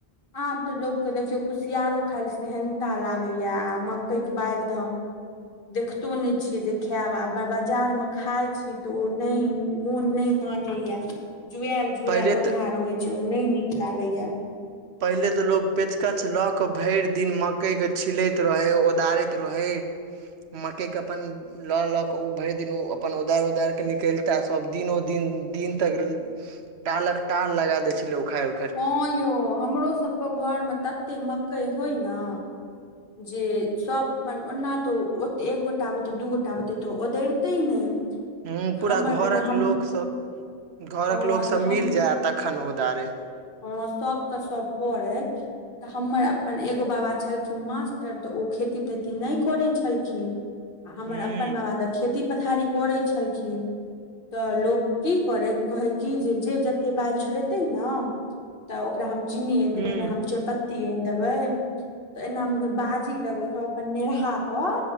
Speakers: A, on the left; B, on the right.
A: आब तऽ लोक कऽ देखियो कुसियारो खाय लऽ सेहनता लागै या आ मकई कऽ बैल तऽ देखतो ने छियै जे खायब आब बेय बाजार मे खाय छी तऽ ओ नहि मोन नहि मानै यऽ जुआल जुआल
B: पहिले
A: ओरहा
B: तऽ
A: रहै छै ओ नहि नीक लागैए
B: पहिले तऽ लोक पेचकच लऽ कऽ भरि दिन मक्कइके छिलैत रहै ओदारैत रहै मकैय केँ अपन लऽ लऽ कऽ उ भरि दिन उ अपन उदारि उदारि कऽ निकैलताह सभ दिनो दिन दिन तक टालक टाल लगा दै छलै उखाइर
A: हँ यौ हमरो सबके घरमे तते मकई होय नऽ जे सब अपन ओना तो ओते एक गोटा बुते दू गोटा बुते तो ओदैर तै नहि
B: हँ पूरा
A: हमर
B: घरक
A: जेना हम
B: लोकसभ घरक
A: हँ
B: लोकसभ
A: तऽ हम
B: मिल जाय तखन ओदारे
A: हँ सब क सब पढ़ै तऽ हमर अपन एगो बाबा छलखिन मास्टर तऽ ओ खेती तेती नहि करै छलखिन आ हमर
B: हूँ
A: अपन बाबा तऽ खेती पथारी करै छलखिन तऽ लोक की करै कहै क जे जे जतेक बालि छोड़ेतै ने तऽ ओकरा हम चीनी आनि
B: हूँ
A: देब ओकरा हम चेपत्ती आनि देबै तऽ एना मऽ बाजी लगै सब अपन नेहा कऽ